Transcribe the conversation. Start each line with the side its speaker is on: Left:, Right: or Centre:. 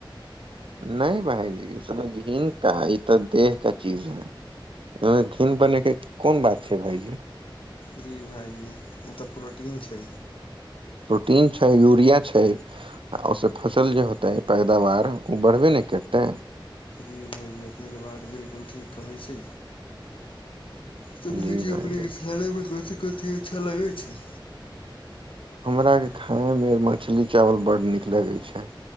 Right: नै भायजी इसमे घिन्न का ई ते देह के चीज हय, एमे घिन्न बनेके कुन बात छै भायजी।
Left: जी भायजी। ई ते प्रोटीन छै।
Right: प्रोटीन छै, यूरिया छै आ उ से फसल जे होतै पैदावार उ बढ़बे नै करतै।
Left: इ भायजी अपने के बात बिल्कुल ठीक कहै छी। तऽ भायजी
Right: जी भाईजी
Left: अपने के खाने मे कथि कथी अच्छा लागै छै।
Right: हमरा के खाय मे मछली, चावल बड्ड नीक लागै छै